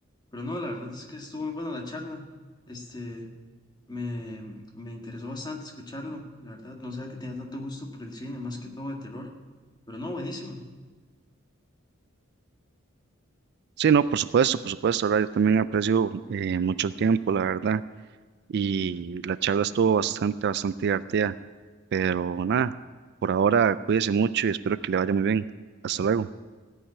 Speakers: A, on the left; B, on the right.
A: Pero no, la verdad es que estuvo muy buena la charla. Este, me, me interesó bastante escucharlo. La verdad, no sabía que tenía tanto gusto por el cine, más que todo de terror. Pero no, buenísimo.
B: Sí, no, por supuesto, por supuesto, ahora yo también aprecio eh, mucho el tiempo, la verdad, y la charla estuvo bastante, bastante divertida, pero nada, por ahora cuídese mucho y espero que le vaya muy bien. Hasta luego.